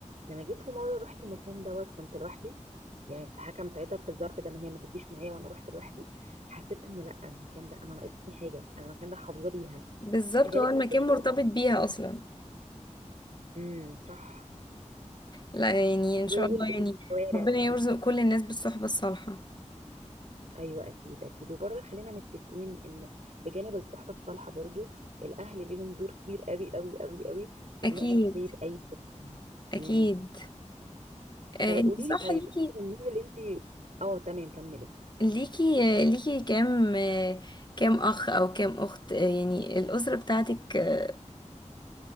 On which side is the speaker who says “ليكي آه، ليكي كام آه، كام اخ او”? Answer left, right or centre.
Left